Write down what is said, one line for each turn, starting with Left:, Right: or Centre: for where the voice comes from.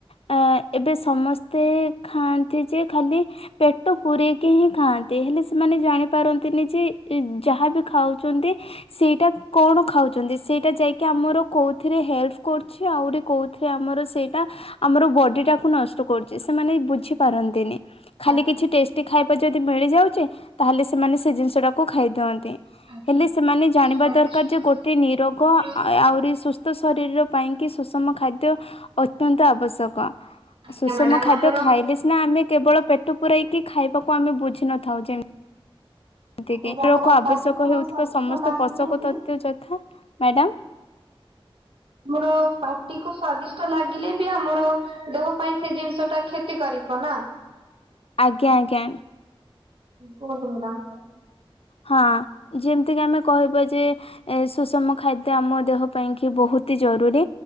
Left: ଆ ଏବେ ସମସ୍ତେ ଖାଆନ୍ତି ଯେ ଖାଲି ପେଟ ପୂରେଇକି ହିଁ ଖାଆନ୍ତି ହେଲେ ସେମାନେ ଜାଣିପାରନ୍ତିନି ଯେ ଯାହା ବି ଖାଉଛନ୍ତି ସେଇଟା କଣ ଖାଉଛନ୍ତି ସେଇଟା ଯାଇକି ଆମର କୋଉ ଥିରେ ହେଲ୍ପ୍ କରୁଛି ଆହୁରି କେଉଁଥିରେ ଆମର ସେଇଟା ଆମର ବଡି ଟାକୁ ନଷ୍ଟ କରୁଛି ସେମାନେ ବୁଝି ପାରନ୍ତିନି। ଖାଲି
Right: ଆଜ୍ଞା
Left: କିଛି ଟେଷ୍ଟି ଖାଇବା ଯଦି ମିଳିଯାଉଛି ତାହେଲେ ସେମାନେ ସେ ଜିନିଷଟାକୁ ଖାଇଦିଅନ୍ତି।
Right: ଆଜ୍ଞା
Left: ହେଲେ ସେମାନେ ଜାଣିବା
Right: ସ୍ଵାଦିଷ୍ଟ
Left: ଦରକାର ଯେ ଗୋଟେ ନିରୋଗ
Right: ଆମର
Left: ଆ ଆହୁରି ସୁସ୍ଥ ତ ଶରୀର ପାଇଁ କି ସୁଷମ ଖାଦ୍ୟ ଅତ୍ୟନ୍ତ ଆବଶ୍ୟକ।
Right: ଆଜ୍ଞା
Left: ସୁଷମ
Right: ମ୍ୟାଡାମ
Left: ଖାଦ୍ୟ
Right: ଆମର
Left: ଖାଇଲେ ସିନା ଆମେ କେବଳ ପେଟ ପୂୁରାଇକି ଖାଇବାକୁ ଆମେ ବୁଝିିନଥାଉ ଯେମ୍ <inaudible>
Right: ଏବେ ଆମର
Left: ଆବଶ୍ୟକ
Right: ପାଟିକୁ
Left: ହେଉଥିବା
Right: ସ୍ଵାଦିଷ୍ଟ
Left: ସମସ୍ତ
Right: ଲାଗିଲେ
Left: ପୋଷକ
Right: ବି
Left: ତତ୍ୱ ଯଥା ମ୍ୟାଡ଼ାମ୍?
Right: ଆମର ପାଟି କୁ ସ୍ଵାଦିଷ୍ଟ ଲାଗିଲେ ବି ଆମର ଦେହ ପାଇଁ ସେ ଜିନିଷ ଟା କ୍ଷତି କାରିକ ନା।
Left: ଆଜ୍ଞା ଆଜ୍ଞା।
Right: କୁହନ୍ତୁ ମ୍ୟାଡ଼ାମ୍?
Left: ହଁ ଯେମିତି କି ଆମେ କହିବା ଯେ ଏ ସୁଷମ ଖାଦ୍ୟ ଆମ ଦେହ ପାଇଁ କି ବହୁତି ଜରୁରୀ।